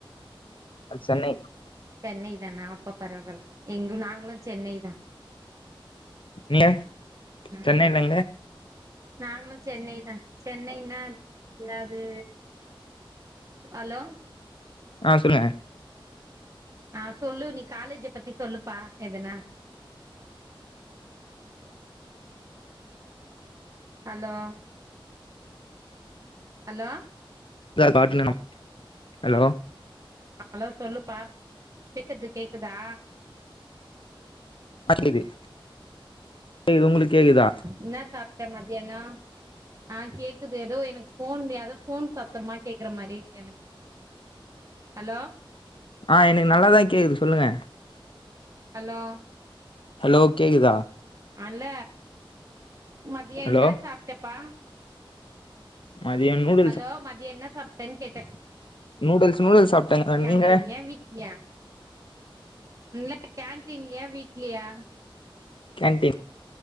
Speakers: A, on the left; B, on the right.
A: அது சென்னை
B: சென்னை தானா அப்ப பரவால் எங்க நாங்களு சென்னை தா
A: எங்க
B: அ
A: சென்னைல
B: நாங்களு சென்னை தா சென்னைனா என்னாது ஹலோ
A: ஆ சொல்லுங்க
B: ஆ சொல்லு நீ காலேஜ. பத்தி சொல்லுப்பா எதுனா ஹலோ ஹலோ
A: <unintelligible> ஹலோ
B: ஹலோ சொல்லுப்பா பேசுறது கேக்குதா
A: <unintelligible> கேக்குது உங்களுக்கு கேக்குதா
B: என்னா சாப்ட்ட மத்தியானம் ஆ கேக்குது ஏதோ எனக் ஃபோன்லயாது ஃபோன் சத்தமா கேக்குற மாறி இருக்கு எனக்கு ஹலோ
A: ஆ எனக்கு நல்லாதா கேக்குது சொல்லுங்க
B: ஹலோ
A: ஹலோ கேக்குதா
B: அல்ல மதியோ
A: ஹலோ
B: என்னா சாப்ட்டப்பா
A: மதியானம் நூல்
B: ஹலோ மதியோ என்ன சாப்ட்டேன்னு கேட்டே
A: நூடுல்ஸ் நூடுல்ஸ் சாப்ட்டேங்க
B: கேன்டின்லியா
A: நீங்க
B: வீட்லீயா இல்ல கேன்டீன்ல்லையா வீட்லயா
A: கேன்டீன்